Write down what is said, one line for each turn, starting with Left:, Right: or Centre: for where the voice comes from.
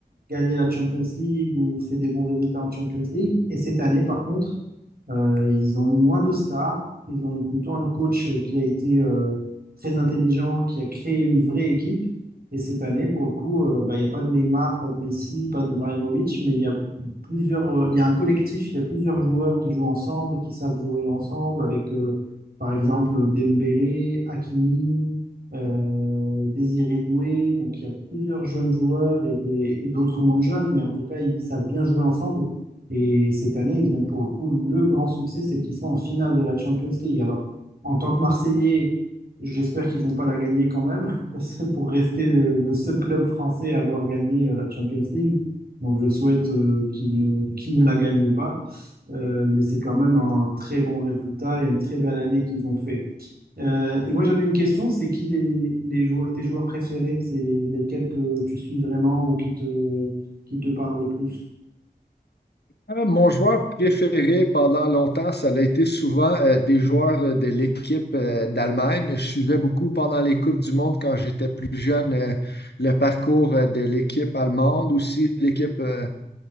Right: gagner la Champions League ou fait des bons résultats en Champions League. Et cette année, par contre, euh, ils ont eu moins de stars. Ils ont eu plutôt un coach qui a été euh, très intelligent, qui a créé une vraie équipe. Et cette année, pour le coup, euh, bah, il n'y a pas de Neymar, pas de Messi, pas d'Ibrahimovic, mais il y a plusieurs, euh, il y a un collectif, il y a plusieurs joueurs qui jouent ensemble, qui savent jouer ensemble, avec euh, par exemple Dembélé, Hakimi, euh, Désiré Doué. Donc il y a plusieurs jeunes joueurs et des- et d'autres moins jeunes, mais en tout cas, ils savent bien jouer ensemble. Et cette année, ils ont pour le coup le grand succès, c'est qu'ils sont en finale de la Champions League. Alors, en tant que Marseillais, j'espère qu'ils vont pas la gagner quand même, <laughs> parce que pour rester le, le seul club français à avoir gagné euh, la Champions League. Donc, je souhaite euh, qu'ils ne, qu'ils ne la gagnent pas. Euh, mais c'est quand même un très bon résultat et une très belle année qu'ils ont fait. Euh, et moi, j'avais une question, c'est qui les, les joueurs, tes joueurs préférés? C'est lesquels que tu suis vraiment ou qui te, qui te parlent le plus?
Left: Euh, mon joueur préféré pendant longtemps, ça a été souvent euh, des joueurs euh, de l'équipe euh, d'Allemagne. Je suivais beaucoup pendant les Coupes du Monde quand j'étais plus jeune euh, le parcours euh, de l'équipe allemande, aussi l'équipe euh,